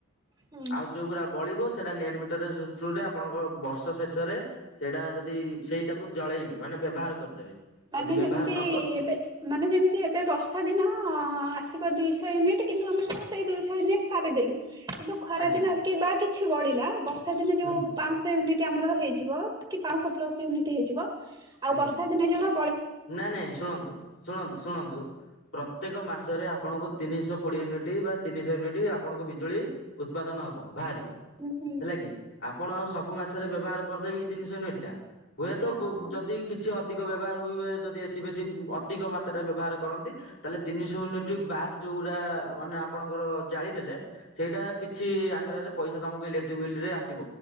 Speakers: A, on the right (about 20°); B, on the left (about 60°).
A: ହୁଁ
B: ଆଉ ଯୋଉଗୁଡା ବଳିବ ସେଇଟା ନେଟ ମିଟର ଥ୍ରୁରେ ଆପଣଙ୍କ ବର୍ଷ ଶେଷରେ ସେଇଟା ଯଦି ସେଇଟାକୁ ଜଳେଇବେ ମାନେ ବ୍ୟବହାର କରିଦେବେ।
A: ମାନେ
B: ଯଦି ବ୍ୟବହାର
A: ଯେମିତି
B: ନ କ
A: ଏବେ ମାନେ ଯେମିତି ଏବେ ବର୍ଷା ଦିନ ଆସିବ ଦୁଇଶହ ୟୁନିଟ୍ କିନ୍ତୁ ଆମେ ତ ସେଇ ଦୁଇଶହ ୟୁନିଟ୍ ସାରିଦେଲୁ। କିନ୍ତୁ ଖରା
B: ଆଜ୍ଞା
A: ଦିନ କି ବା କିଛି ବଳିଲା ବର୍ଷା ଦିନେ ଯୋଉ
B: ହୁଁ
A: ପାଞ୍ଚଶହ ୟୁନିଟ୍ ଆମର ହେଇଯିବ କି ପାଞ୍ଚଶହ ପ୍ଲସ ୟୁନିଟ ହେଇଯିବ ଆଉ
B: ଆଜ୍ଞା
A: ବର୍ଷା ଦିନେ ଯୋଉଗୁଡା
B: ନାଇଁ ନାଇଁ ଶୁଣନ୍ତୁ ଶୁଣନ୍ତୁ ଶୁଣନ୍ତୁ। ପ୍ରତ୍ୟେକ ମାସରେ ଆପଣଙ୍କୁ ତିନିଶହ କୋଡିଏ ୟୁନିଟ୍ ବା ତିନିଶହ ୟୁନିଟ୍ ଆପଣଙ୍କୁ ବିଜୁଳି। ଉତ୍ପାଦନ ହବ ବାହାରିବ।
A: ହୁଁ ହୁଁ।
B: ହେଲା କି ଆପଣ ଆଉ ସବୁ ମାସରେ ବ୍ୟବହାର କରିଦେବ କି ତିନିଶହ ୟୁନିଟଟା ହୁଏତ
A: ହଁ
B: ଯଦି କିଛି ଅଧିକ ବ୍ୟବହାର ହୁଏବା ଯଦି ଏସି ବେଶୀ ଅଧିକ ମାତ୍ରାରେ ବ୍ୟବହାର କରନ୍ତି ତାହେଲେ ତିନିଶହ ୟୁନିଟ୍ ବାଦ୍ ଯେଉଁଗୁରା ମାନେ ଆପଣଙ୍କର ଜାଳିଦେଲେ ସେଇଟା କିଛି ଆକାରରେ ପଇସା ତମକୁ ଇଲେକ୍ଟ୍ରିକ ବିଲ ରେ ଆସିବ।